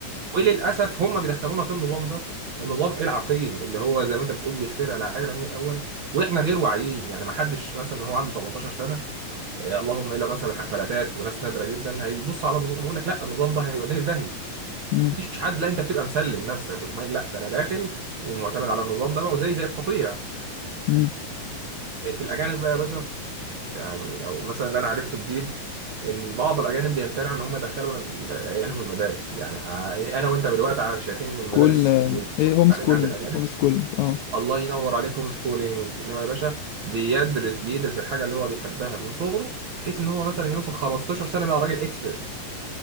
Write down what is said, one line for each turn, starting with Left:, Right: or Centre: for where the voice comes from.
Right: وللاسف هم بيدخلونا في النظام ده النظام العقيم اللي هو زي ما انت بتقول بيخترع العجله من الاول واحنا غير واعيين يعني ما حدش مثلا هو عنده 18 سنه إيه اللهم الا مثلا فلاتات وناس نادره جدا هيبص على النظام ويقول لك لا النظام ده هيوديني في داهيه
Left: امم
Right: مفيش حد لا انت بتبقى مسلم نفسك بتقوم قايل لا ده انا داخل ومعتمد على النظام ده بقى وزي زي القطيع
Left: امم
Right: إيه في الاجانب بقى يا باشا يعني او مثلا اللي انا عرفته جديد ان بعض الاجانب بيمتنعوا ان هم يدخلوا ل- عيالهم المدارس يعني ع- انا وانت بالوقت ع- شايفين ان المدارس
Left: كل آه،
Right: والفقر
Left: ايه هوم
Right: التعليمي
Left: سكولينج
Right: عند الاجانب
Left: هوم سكولينج اه
Right: الله ينور عليك هوم سكولينج اللي هو يا باشا بيدرس بيدرس الحاجه اللي هو بيحبها من صغره بحيث ان هو مثلا يوصل 15 سنه بقى راجل اكسبرت